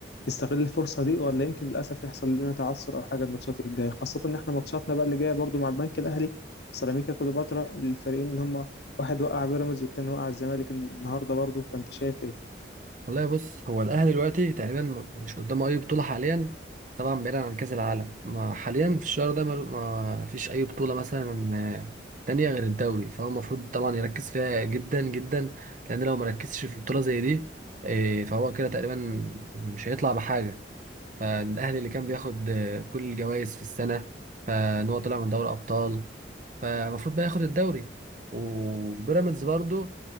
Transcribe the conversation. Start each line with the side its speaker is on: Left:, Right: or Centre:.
Left: يستغل الفرصة دي ولا يمكن للاسف يحصل لنا تعثر او حاجة الماتشات الجاية خاصة ان احنا ماتشاتنا بقى اللي جاية برضو مع البنك الاهلي سيراميكا كليوباترا الفريقين اللي هم واحد وقع بيراميدز والتاني وقع الزمالك النهاردة برضو فانت شايف ايه
Right: والله بص هو الاهلي دلوقتي تقريبا م- مش قدامه اي بطوله حاليا طبعا بعيدا عن كاس العالم ما حاليا في الشهر ده ما ما فيش اي بطوله مثلا آه، تانية غير الدوري فهو المفروض طبعا يركز فيها جدا جدا لان لو مركزش في بطوله زي دي آه، فهو كده تقريبا مش هيطلع بحاجه فالاهلي اللي كان بياخد آه، كل الجوائز في السنه فان هو طلع من دوري ابطال فالمفروض بقى ياخد الدوري وبيراميدز برضو